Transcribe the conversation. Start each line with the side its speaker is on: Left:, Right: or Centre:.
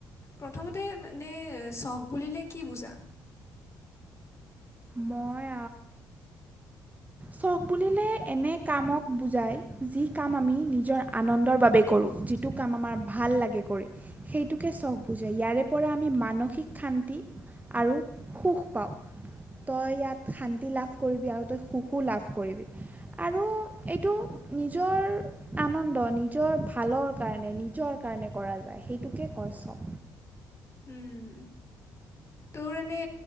Left: প্ৰথমতে মানে চখ বুলিলে কি বুজা
Right: মই চখ বুলিলে এনে কামক বুজায় যি কাম আমি নিজৰ আনন্দৰ বাবে কৰোঁ যিটো কাম আমাৰ ভাল লাগে কৰি সেইটোকে চখ বুজায় ইয়াৰে পৰা আমি মানসিক শান্তি আৰু সুখ পাওঁ তই ইয়াত শান্তি লাভ কৰিবি আৰু তই সু লাভ কৰিবি আৰু এইটো নিজৰ আনন্দ নিজৰ ভালৰ কাৰণে নিজৰ কাৰণে কৰা যায় সেইটোকে কৈছ
Left: উম তোৰ এনে